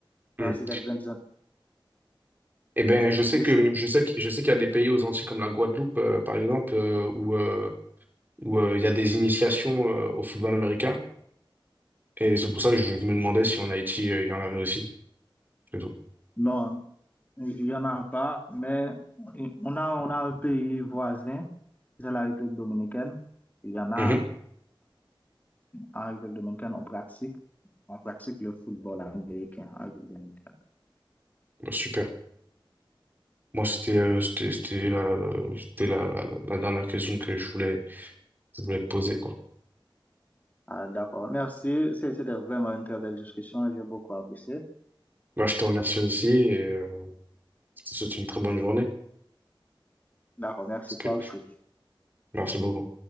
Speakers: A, on the left (about 20°); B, on the right (about 20°).
A: Ça,
B: Mm.
A: C'est des grandes Antilles.
B: Eh ben, je sais
A: Oui,
B: que je sais que, je sais qu'il y a des pays aux Antilles comme la Guadeloupe, euh, par exemple, euh, où euh, où euh, il y a des initiations euh, au football américain. Et c'est pour ça que je me demandais si en Haïti euh, il y en avait aussi. C'est tout.
A: Non, il n'y en a pas, mais on a, on a un pays voisin, c'est la République dominicaine. Il y en a
B: Mhm.
A: en République dominicaine, on pratique, on pratique le football américain en République dominicaine.
B: Bah, super. Moi, c'était euh, c'était c'était la la- c'était la, la, la dernière question que je voulais je voulais te poser quoi.
A: Ah, d'accord, merci. C'est- C'était vraiment une très belle discussion, j'ai beaucoup apprécié.
B: Bah, je te remercie aussi et euh, je te souhaite une très bonne journée.
A: D'accord, merci
B: Parce que-
A: toi aussi.
B: Merci beaucoup.